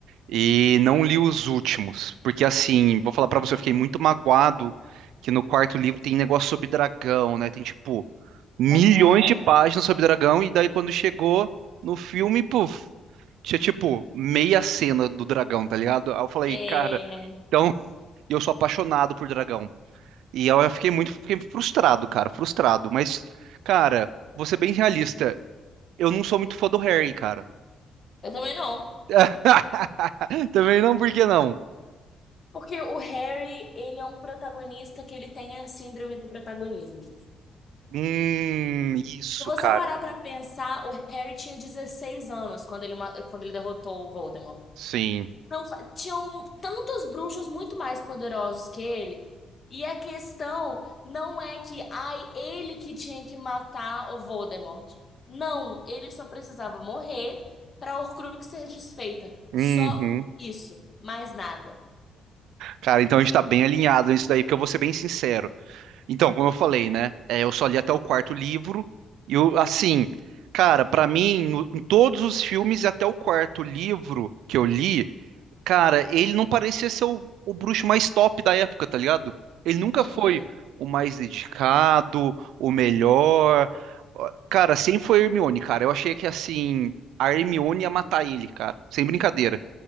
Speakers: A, on the right; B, on the left.
A: E não li os últimos, porque assim, vou falar pra você, eu fiquei muito magoado que no quarto livro tem negócio sobre dragão, né? Tem tipo milhões
B: Aham.
A: de páginas sobre dragão e daí quando chegou no filme, puf, tinha tipo meia cena do dragão, tá ligado? Aí eu falei,
B: É,
A: cara, então, e eu sou apaixonado por dragão. E eu fiquei muito, fiquei frustrado, cara, frustrado, mas cara, vou ser bem realista, eu não sou muito fã do Harry, cara.
B: Eu também não.
A: <laughs> Também não, por que não?
B: Porque o Harry, ele é um protagonista que ele tem a síndrome do protagonismo. Se
A: Hum, isso,
B: você
A: cara.
B: parar pra pensar, o Harry tinha 16 anos quando ele, ma- quando ele derrotou o Voldemort.
A: Sim.
B: Não, fa- tinham tantos bruxos muito mais poderosos que ele. E a questão não é que, ai, ele que tinha que matar o Voldemort. Não, ele só precisava morrer para Horcrux ser desfeita.
A: Uhum.
B: Só isso, mais nada.
A: Cara, então a gente tá bem alinhado nisso daí, porque eu vou ser bem sincero. Então, como eu falei, né? é, eu só li até o quarto livro, e eu, assim, cara, pra mim, no- em todos os filmes, e até o quarto livro que eu li. Cara, ele não parecia ser o, o bruxo mais top da época, tá ligado? Ele nunca
B: Uhum.
A: foi o mais dedicado, o melhor. Ó, Cara, sempre foi a Hermione, cara. Eu achei que assim, a Hermione ia matar ele, cara. Sem brincadeira.